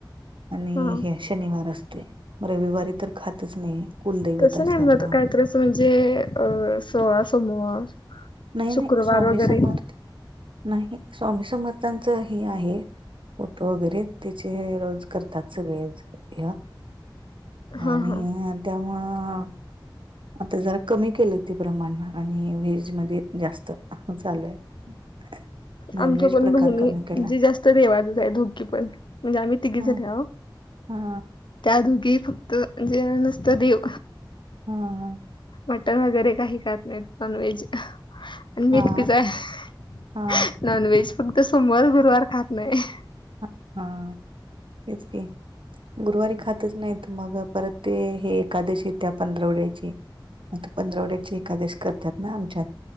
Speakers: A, on the right; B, on the left.
A: आणि
B: हा
A: हे शनिवार असतोय रविवारी तर खातच नाही. कुलदैवत
B: तसं
A: असल्यामुळं
B: नाही मग काय तर असं म्हणजे अ सोळा सोमवार
A: नाही नाही
B: शुक्रवार
A: स्वामी
B: वगैरे
A: समर्थ नाही स्वामी समर्थांचं हे आहे. फटो वगैरे तिचे रोज करतात सगळेच ह्या
B: हा
A: आणि
B: हा
A: त्यामुळं आता जरा कमी केलं ते प्रमाण आणि व्हेज मध्ये जास्त चालू आहे. <unintelligible> नॉनव्हेज
B: आमच्या पण
A: प्रकार
B: बहिणी
A: कमी केला
B: जे जास्त देवातच हाय दोघी पण म्हणजे आम्ही तिघी
A: हा
B: जनी आहो.
A: हा
B: त्या दोघी फक्त म्हणजे अ नुसतं देव.
A: हा हा
B: मटन वगैरे काही खात नाहीत नॉन व्हेज आणि मी
A: हा
B: एकटीच आहे
A: हा
B: नॉनव्हेज फक्त सोमवार, गुरुवार खात नाही.
A: अ आ तेच की गुरुवारी खातच नाहीत मग परत ते हे एकादशी त्या पंधरावड्याची मग ते पंधरावड्याची एकादशी करतात ना आमच्यात